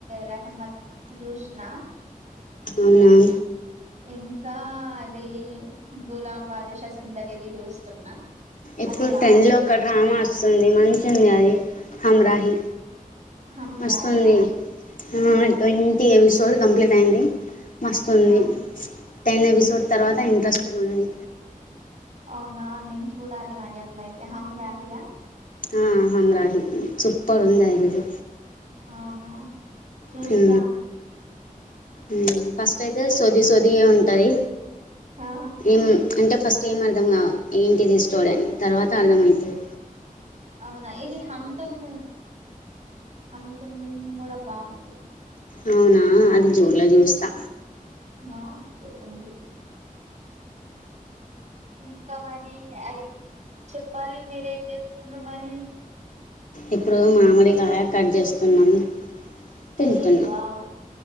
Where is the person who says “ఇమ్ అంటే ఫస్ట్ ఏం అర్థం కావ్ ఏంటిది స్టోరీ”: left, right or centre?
Left